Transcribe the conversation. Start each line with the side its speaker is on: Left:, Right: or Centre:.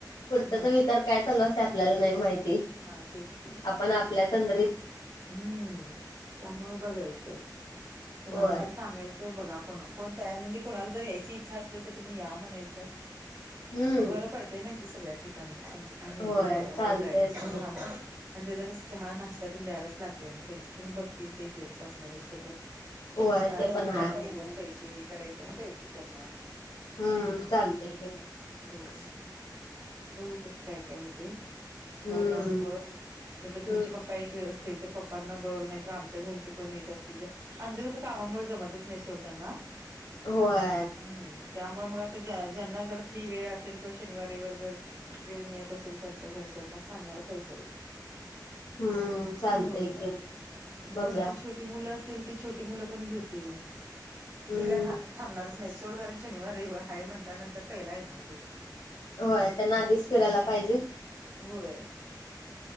Left: पुढ च्याचा
Right: हा
Left: विचार कायऽ चालु असतय आपल्याला नाही माहिती,,
Right: हा तेच की
Left: आपण आपल्या तंदरीत,,,
Right: हम्म,, त्यामुळे बघायचं,, कुणाला
Left: होय
Right: तरऽ सांगायचं, बघा को कोण तयार म्हणजे कोणाला जर यायची इच्छा असली तर तुम्ही या म्हणायचं.
Left: हम्म
Right: बरं पडतय नाही ते सगळ्या ठिकाणी,, तुमचं तुम्ही नियोजन
Left: होय
Right: बघाबाबा
Left: चालतयच
Right: ड्रायवरऽ आणि
Left: की
Right: त्याचा कसं चहा, नाश्ता त्यां द्यायलाच लागतय मग,, त्यांच त्यांनी बघतील ते जें्स असणारे सोबत
Left: होय
Right: काय
Left: पण
Right: ते
Left: हाय
Right: आप एकदम पैशी हेऽ करायचं आनी द्यायचं त्यांना
Left: हम्म चालतय की
Right: होय,, बघू कसं काय काय होतय?
Left: हम्म
Right: काॅल लावून बघ,, नाही तर तुमचे
Left: हम्म
Right: पऽऽ पप्पा येत असतील, तर पप्पांना बघ नाही तर आमच्या घरचे कोण येत असतील तरऽऽ आमचं कसं कामामुळे जमतच नाही सोड त्यांना.
Left: होय
Right: हम्म त्यामुळे मग आता ज ज्यांना जर फ्री वेळ असेल किंवा शनिवारीवर जर. वेळ मिळत असेल त्यांच्या घरच्यांना सांगायला पाहिजे
Left: हम्म चालतय
Right: ह
Left: की बघूया
Right: जचे छोट. मुलं असतील ती छोटी मुलं पण घेतील
Left: हम्म
Right: ती काय. थांबणारच नाही सोड कारण शनिार रविवार हा म्हटल्यानंतर पहिला येणार हो ते.
Left: होय त्यांना आधीच फिरायला पाहिजे.
Right: होय